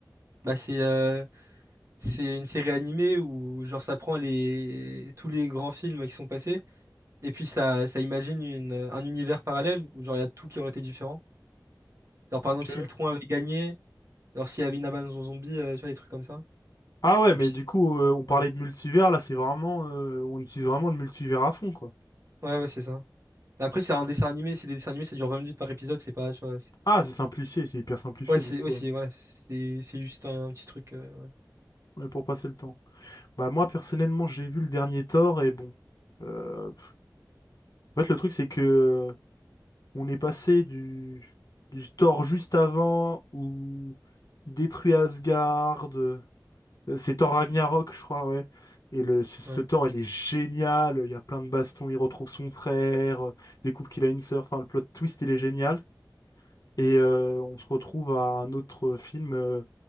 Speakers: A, on the right; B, on the left.
A: Bah, c'est euh, c'est une série animée où, genre, ça prend les tous les grands films qui sont passés, et puis ça, ça imagine une, un univers parallèle où, genre, il y a tout qui aurait été différent. Genre, par
B: Ok.
A: exemple, si Ultron avait gagné, genre, s'il y avait une avance en zombie, euh, tu vois, des trucs comme ça.
B: Ah ouais,
A: Et
B: mais
A: puis, si-
B: du coup, euh, on parlait
A: ouais,
B: de multivers, là, c'est vraiment... euh, on utilise vraiment le multivers à fond, quoi.
A: ouais, ouais, c'est ça. Mais après, c'est un dessin animé, c'est des dessins animés, ça dure 20 minutes par épisode, c'est pas, tu vois. c'est-
B: Ah, c'est simplifié, c'est hyper simplifié
A: Ouais, c'est,
B: du coup,
A: ouais, c'est,
B: ouais.
A: voilà, c'est, c'est juste un, petit truc. euh,
B: Ouais, pour passer le temps. Bah moi personnellement, j'ai vu le dernier Thor et bon, euh, en fait le truc c'est que euh, on est passé du du Thor juste avant où il détruit Asgard, euh, c'est Thor Ragnarok, je crois, ouais. Et le ce, ce
A: ouais. Ouais.
B: Thor, il est génial, il y a plein de bastons, il retrouve son frère, euh, découvre qu'il a une sœur, enfin le plot twist, il est génial. Et euh, on se retrouve à un autre film euh,